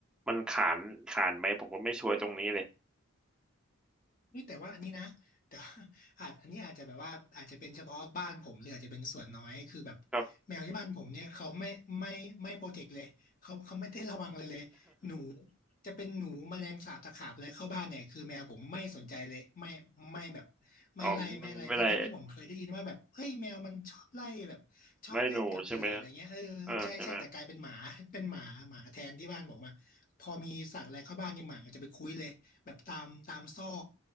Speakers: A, in the centre; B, on the left.
A: มันขานขานไหมผมก็ไม่ชัวร์ตรงนี้เลย
B: เฮ้ยแต่ว่าอันนี้นะแต่ <laughs> ว่าอาจอันนี้อาจจะแบบว่าอาจจะเป็นเฉพาะบ้านผมหรืออาจจะเป็นส่วนน้อยคือแบบ
A: ครับ
B: แมวที่บ้านผมเนี่ยเขาไม่ไม่ไม่โปรเทคเลยเขาเขาไม่ได้ระวังเลยเลยหนูจะเป็นหนูแมลงสาบตะขาบเลยเข้าบ้านเนี่ยคือแมวผมไม่สนใจเลยไม่ไม่แบบ
A: <laughs>
B: ไม่ไล่ไม่อะไรทั้งๆที่ผมเคยได้ยินว่าแบบเฮ้ยแมวมันชอบไล่แบบชอบเล่นกับเหยื่ออะไรเงี้ยเออใช่ใช่แต่กลายเป็นหมาเป็นหมาหมาแทนที่บ้านผมอะพอมีสัตว์อะไรเข้าบ้านนี่หมาจะไปคุยเลย
A: อ๋อไม่ไม่ได้ไม่หนูใช่ไหมฮะเออใช่ไหม
B: แบบตามตามซอก